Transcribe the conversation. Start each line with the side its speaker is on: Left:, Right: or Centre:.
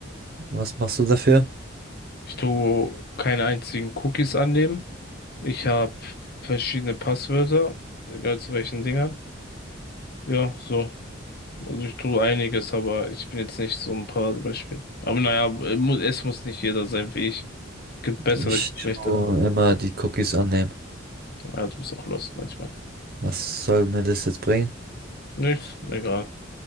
Right: Was machst du dafür?
Left: Ich tue keine einzigen Cookies annehmen. Ich habe verschiedene Passwörter egal zu welchen Dingern. Ja, so. Also ich tue einiges, aber ich bin jetzt nicht so ein Paradebeispiel. Aber naja, mu- es muss nicht jeder sein wie ich. Gibt bessere,
Right: Ich
Left: gibt
Right: tue
Left: schlechtere.
Right: immer die Cookies annehmen.
Left: Ja, du bist auch lost manchmal.
Right: Was soll mir das jetzt bringen?
Left: Nichts, egal.